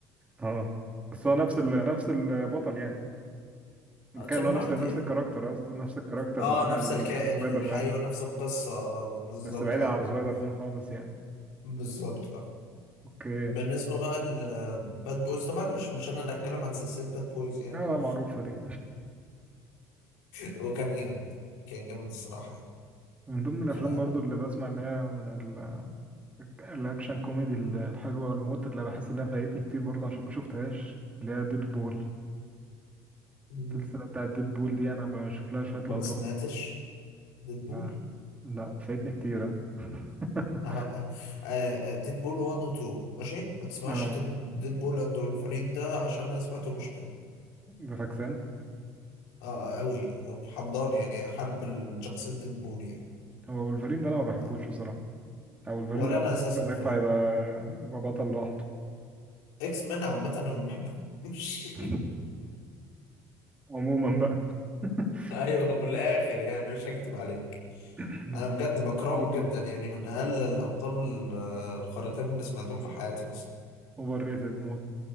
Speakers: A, on the right; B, on the left.
A: اه بس هو نفس ال... نفس البطل يعني
B: آه، توم
A: كان هو
B: هاردي
A: نفس نفس الكاركتر قصدي نفس الكاركتر
B: اه
A: بتاع
B: آه، نفس
A: اللي
B: الكائن
A: كان في سبايدر
B: الحي
A: مان
B: ونفس القصة آه، بالظبط
A: بس بعيدا
B: اه
A: عن سبايدر
B: آه.
A: مان خالص يعني
B: بالظبط اه
A: اوكي
B: بالنسبة بقى لباد بويز طبعا مش مش أنا اللي أتكلم عن سلسلة باد بويز يعني
A: لا لا معروفه دي
B: <laughs> وكان جامد كان جامد الصراحة يعني
A: <laughs> من ضمن الافلام
B: ف
A: برضو اللي بسمع ان هي من ال... الاكشن كوميدي ال- الحلوه والموت اللي بحس انها فايتني كتير برضو عشان ما شفتهاش اللي هي ديد بول
B: أنت
A: السلسله بتاعت ديد بول دي انا بشوف لها شويه لقطات
B: ما سمعتش ديدبول
A: لا لا فايتني كتير ها. <laughs>
B: اه اه ديد بول 1 و 2 ماشي ما تسمعش
A: اه
B: ديد ديد بول اند ولفرين ده عشان انا سمعته مش حلو
A: ده فاكسان
B: اه قوي قوي حمضان يعني حرب الشخصية ديد بول يعني
A: هو ولفرين ده انا ما بحبوش
B: اه
A: بصراحه او ولفرين
B: ولا
A: ده انا
B: انا
A: حاسس
B: اساسا
A: انه ينفع
B: فاهم
A: يبقى يبقى بطل لوحده
B: اكس مان عامة انا ما بحبهمش
A: <laughs> عموما بقى <laughs>
B: <laughs> ايوه من الاخر يعني مش هكدب عليك
A: بس
B: انا بجد بكرههم
A: بول
B: جدا يعني من اقل الابطال آه، الخارقين اللي سمعتهم في حياتي اصلا
A: اوفر ريتد موت